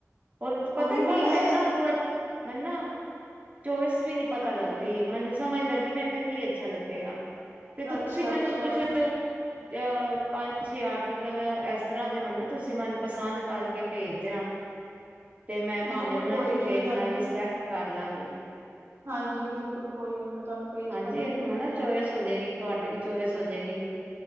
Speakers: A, on the right; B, on the right.
A: ਹੋਰ ਤੂੰ ਪਤਾ
B: ਉਹੀ
A: ਕੀ
B: ਮੈਂ
A: ਮੈਨੂੰ ਨਾ ਥੋੜ੍ਹਾ ਮੈਨੂੰ ਨਾ ਚੋਇਸ ਵੀ ਨੀ ਪਤਾ
B: ਹਾਂਜੀ
A: ਲੱਗਦੀ। ਮੈਨੂੰ ਸਮਝ ਨੀ ਲੱਗਦੀ, ਮੇਰੇ ਤੇ ਕੀ ਅੱਛਾ ਲੱਗੇਗਾ। ਤੇ ਤੁਸੀਂ
B: ਅੱਛਾ
A: ਮੈਨੂੰ
B: ਅੱਛਾ
A: ਕੁਛ ਅ ਪੰਜ ਛੇ ਆਰਟੀਕਲ, ਇਸ ਤਰ੍ਹਾਂ ਦੇ ਹੋ ਨਾ ਤੁਸੀਂ ਮੈਨੂੰ ਪਸੰਦ ਕਰਕੇ ਭੇਜਣਾ ਤੇ ਮੈਂ
B: ਜ਼ਰੂਰ
A: ਭਾਵੇਂ ਉਹਨਾਂ
B: ਕੋਈ
A: ਚ
B: ਨਹੀਂ
A: ਦੇਖ
B: ਮੈਂ ਤੁਹਾਨੂੰ
A: ਲਾਂਗੀ ਸਲੈਕਟ ਕਰ ਲਾਗੀ।
B: ਹਾਂਜੀ। ਬਿਲਕੁਲ, ਕੋਈ ਨੀ ਮੈਂ ਤੁਹਾਨੂੰ ਭੇਜ
A: ਹਾਂਜੀ
B: ਦਾਂਗੀ।
A: ਹਨਾ ਚੋਇਸ ਹੋ ਜਾਏਗੀ। ਤੁਹਾਡੀ ਵੀ ਚੋਇਸ ਹੋ ਜਾਏਗੀ।